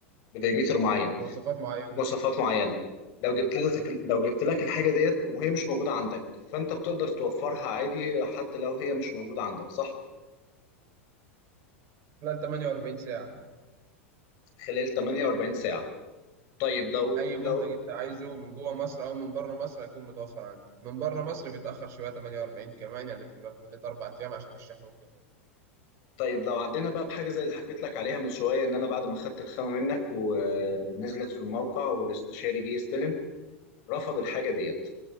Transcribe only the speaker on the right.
مواصفات معينه
خلال 48 ساعه
اي منتج
انت عايزه من جوه مصر او من بره مصر هيكون متوفر عندك من بره مصر بيتاخر شويه 48 كمان يعني بتبقى في مده اربع ايام عشان الشحن والكمال